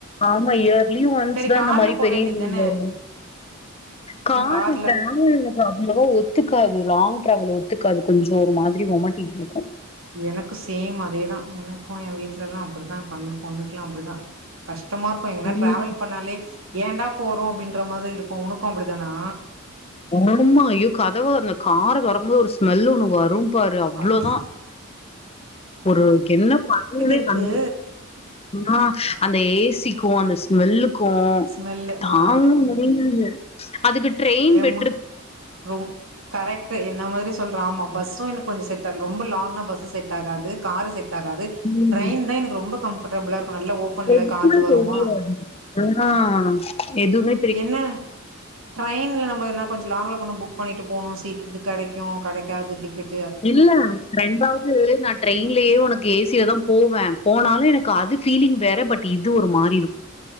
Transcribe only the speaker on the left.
ஆமா இயர்லி ஒன்ஸ்
தா
இந்த மாரி
பெரிய
லீவ் வரு காரு
இப்ப ஆனு எனக்கு அவ்ளவா ஒத்துக்காது லாங் டிராவல் ஒத்துக்காது கொஞ்சோ ஒரு மாதிரி ஒமட்டிடு வ
ம்
ஆமா ஐயோ கதவ அந்த கார தொறக்கும் போது ஒரு ஸ்மெல் ஒண்ணு வரும் பாரு அவ்ளோதா
ஒரு என்ன பண்னுனே
கண்டு புடி அந்த ஏசி க்கு அந்த ஸ்மெல்லுக்கு
தாங்க
முடியாது அதுக்கு ட்ரெயின் பெட்
ம்
எதுமே
தெரியாது ஆ எதுமே
இல்ல ரெண்டாவது நா ட்ரெயின்லயே ஒனக்கு ஏசியதா போவே போனாலு எனக்கு அது ஃபிலிங் வேற பட் இது ஒரு மாரி இருக்